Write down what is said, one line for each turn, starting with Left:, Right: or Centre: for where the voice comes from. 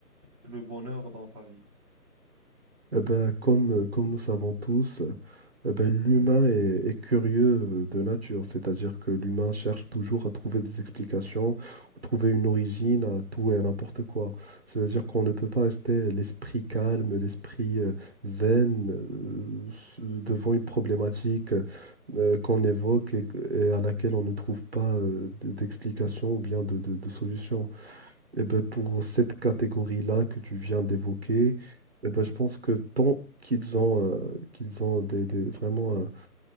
Centre: le bonheur dans sa vie?
Right: Eh ben, comme, euh, comme nous savons tous, euh, eh ben, l'humain est, est curieux euh, de nature, c'est-à-dire que l'humain cherche toujours à trouver des explications, ou trouver une origine à tout et à n'importe quoi. C'est-à-dire qu'on ne peut pas rester l'esprit calme, l'esprit euh, zen euh, s- devant une problématique euh, qu'on évoque et, et à laquelle on ne trouve pas euh, d- d'explication ou bien de, de, de solution. Eh ben, pour cette catégorie-là que tu viens d'évoquer, eh ben, je pense que tant qu'ils ont, euh, qu'ils ont des, des- vraiment euh,